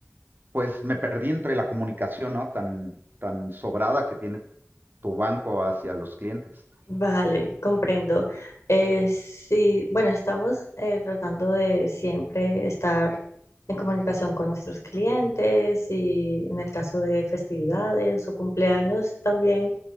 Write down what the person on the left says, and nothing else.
Vale, comprendo. Eh, sí, bueno, estamos eh, tratando de siempre estar en comunicación con nuestros clientes y en el caso de festividades o cumpleaños también